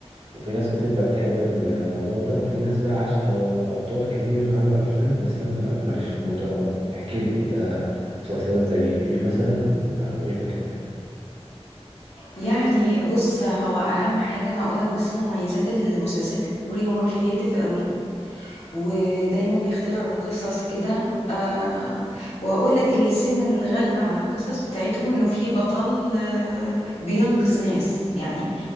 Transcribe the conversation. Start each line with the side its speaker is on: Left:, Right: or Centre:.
Right: وفي ناس كتير بقت تحب الموضوع ده وفي ناس بقى عاشقة الأبطال كتير عملوا أفلام بس أنا ما- ماليش في الموضوع أوي احكي لي كده مسلسلات زي إيه مثلا أو إيه فكرتها
Left: يعني بص هو اهم حاجه انا هقول لك بس مميزات المسلسلات الكوري هما كرييتيف قوي ودايما بيخترعوا قصص كده آه وهقول لك السمة الغالبة على القصص بتاعتهم انه في بطل آه بينقذ ناس يعني